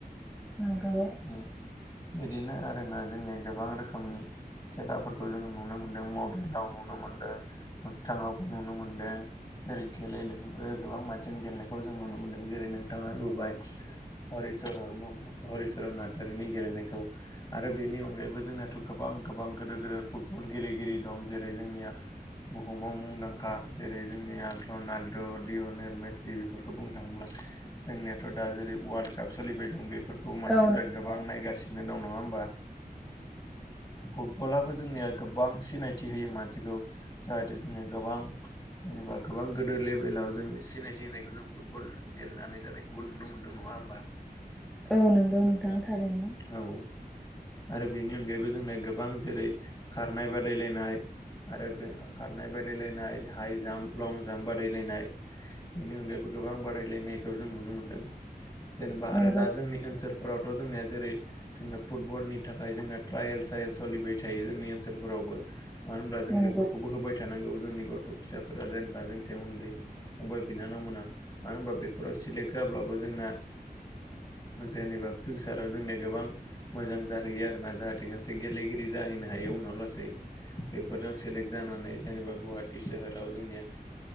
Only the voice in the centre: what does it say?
नोंगौ।
औ
औ नंगौ नोंथां थारैनो।
नंगौ
नंगौ